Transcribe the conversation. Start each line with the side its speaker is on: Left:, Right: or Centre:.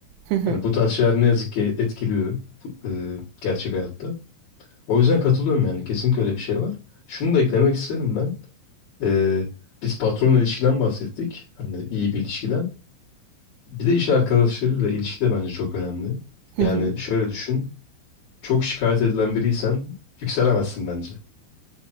Right: Hı hı,
Left: Hani bu tarz şeyler ne yazık ki etkiliyor bu- e, gerçek hayatta. O yüzden katılıyorum yani. Kesinlikle öyle bir şey var. Şunu da eklemek isterim ben. Ee, biz patron ilişkiden bahsettik. Hani iyi bir ilişkiden. Bir de iş arkadaşlarıyla ilişki de bence çok önemli.
Right: hı
Left: Yani
Right: hı.
Left: şöyle düşün. Çok şikayet edilen biriysen yükselemezsin bence.